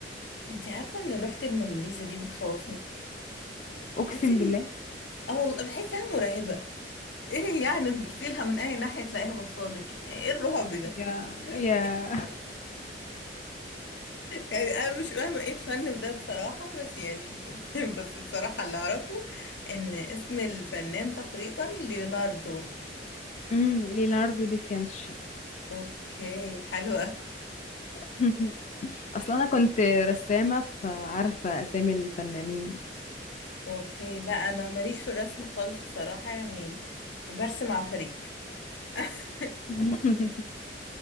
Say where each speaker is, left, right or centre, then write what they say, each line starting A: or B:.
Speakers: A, on the left; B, on the left.
A: انت عارفه ان لوحه الموناليزا دي بتخوفني
B: اقسم
A: بحس ان
B: بالله
A: اه والله بحسها مرعبه ايه يعني تبصي لها من اي ناحيه تلاقيها بصالك ايه الرعب ده
B: يا
A: <laughs>
B: يا
A: يعني انا مش فاهمه ايه الفن في ده بصراحه بس يعني <laughs> بس بصراحه اللي اعرفه ان اسم الفنان تقريبا ليوناردو
B: امم ليوناردو دي فينشي
A: اوكي حلوه
B: <laughs> اصلا انا كنت رسامه فعارفه اسامي الفنانين
A: اوكي لا انا ماليش في الرسم خالص بصراحه يعني برسم عفاريت <laughs>
B: <laughs>